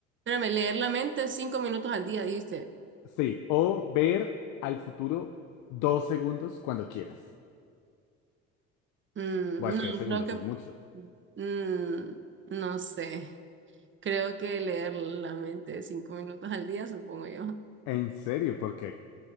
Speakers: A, on the right; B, on the left.
A: Espérame, leer la mente cinco minutos al día, dijiste.
B: Sí, o ver al futuro dos segundos cuando quieras.
A: Mm,
B: Buah, es
A: no,
B: que dos segundos
A: creo que.
B: es mucho.
A: mm, no sé. Creo que leer la mente cinco minutos al día, supongo yo.
B: ¿En serio? ¿Por qué?